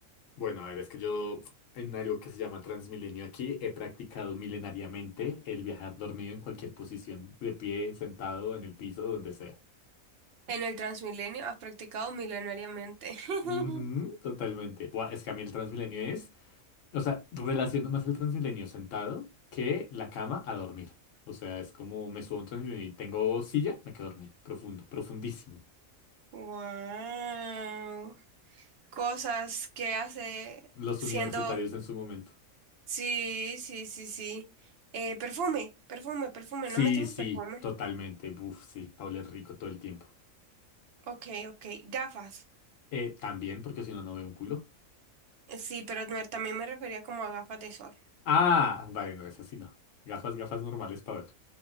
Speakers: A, on the left; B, on the right.
A: Bueno, a ver, es que yo en algo que se llama Transmilenio aquí he practicado milenariamente el viajar dormido en cualquier posición, de pie, sentado, en el piso, donde sea.
B: En el Transmilenio has practicado milenariamente. <laughs>
A: Ujú, totalmente. Buah, es que a mí el Transmilenio es, o sea, relaciono más el Transmilenio sentado que la cama a dormir. O sea, es como me subo a un Transmilenio y tengo silla, me quedo dormido, profundo, profundísimo.
B: Wow. cosas que hace
A: Los
B: siendo...
A: universitarios en su momento.
B: Sí, sí, sí, sí. Eh, perfume, perfume, perfume.
A: Sí,
B: No metimos
A: sí,
B: perfume.
A: totalmente. Buf, sí, Paula es rico todo el tiempo.
B: Ok, ok. Gafas.
A: Eh, también, porque si no, no veo un culo.
B: Sí, pero me- también me refería como a gafas de sol.
A: Ah, vale, no es así, no. Gafas, gafas normales para ver.